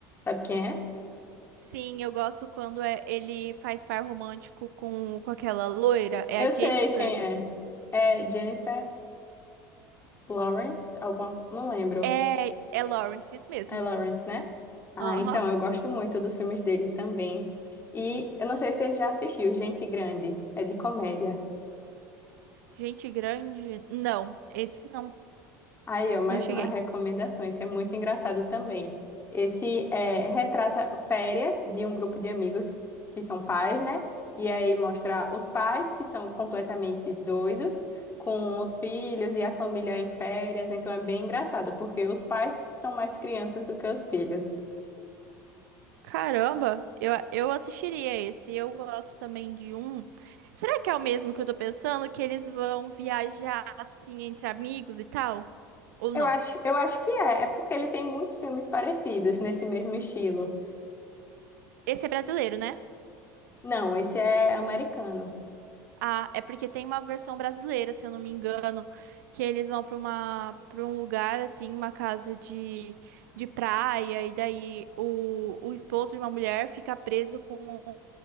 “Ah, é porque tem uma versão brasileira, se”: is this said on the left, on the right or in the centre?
Right